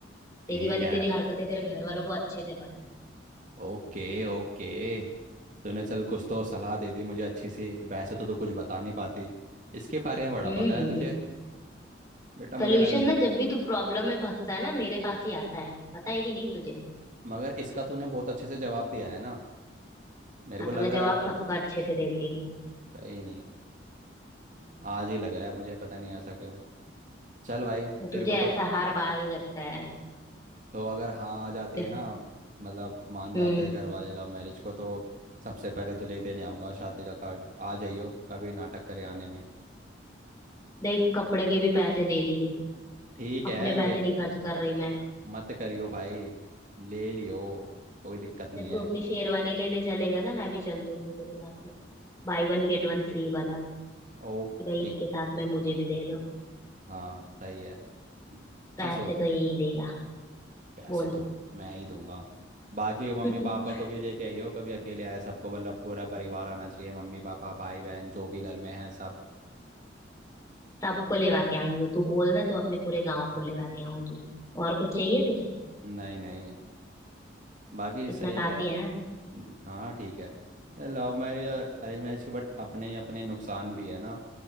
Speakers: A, on the right; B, on the left.
A: ठीक
B: तेरी वाली
A: है
B: तेरी हरकतें तेरे घर वालों को अच्छे से पता है
A: Okay okay तूने चल कुछ तो सलाह दे दी मुझे अच्छी सी वैसे तो तू कुछ बता नहीं पाती इसके बारे में बड़ा
B: हम्म
A: पता
B: हम्म
A: है तुझे बेटा मुझे
B: सोल्यूशन
A: लग
B: ना जब भी तू प्रॉब्लम में फंसता है ना मेरे पास ही आता है पता है कि नहीं तुझे
A: मगर इसका तूने बहुत अच्छे से जवाब दिया है ना मेरे
B: हाँ
A: को
B: तो
A: लग
B: मैं
A: रहा
B: जवाब
A: है
B: सबका अच्छे से देती हूँ
A: कहीं नहीं
B: हम्म,
A: आज ही लग रहा है मुझे पता नहीं ऐसा क्यों चल भाई
B: तो
A: तेरे
B: तुझे
A: को
B: ऐसा
A: तो
B: हर बार ही लगता है
A: तो अगर हाँ आ जाती
B: जे-
A: है ना मतलब मान जाते
B: हम्म
A: हैं घर वाले लव मैरिज को तो सबसे पहले तुझे ही देने आऊँगा शादी का कार्ड आ जाइयो कभी नाटक करे आने में
B: देख कपड़े के भी पैसे दे दियो
A: ठीक
B: अपने
A: है ले
B: पैसे नहीं खर्च कर रही मैं
A: मत करियो भाई ले लियो कोई दिक्कत नहीं
B: जब
A: है
B: तू अपनी शेरवानी लेने चलेगा ना मैं भी चल दूंगी तेरे साथ में buy one get one free वाला
A: ओके
B: कि भाई इसके साथ में मुझे भी दे दो
A: हाँ सही है अच्छा
B: पैसे
A: सो
B: तो यही देगा
A: पैसे
B: बोल
A: तो मैं ही दूंगा बाकी मम्मी
B: <laughs>
A: पापा को भी लेके आइयो कभी अकेले आए सबको मतलब पूरा परिवार आना चाहिए मम्मी पापा भाई बहन जो भी घर में है सब
B: सबको लेवा के आऊंगी तू बोल ना तो अपने पूरे गांव को लेवा के आऊं तू और कुछ चाहिए तुझे
A: नहीं नहीं बाकी
B: इतना
A: सही
B: काफी
A: है
B: है ना
A: हम्म, हाँ ठीक है लव मैरिज और अरेंज मैरिज के बट अपने अपने नुकसान भी है ना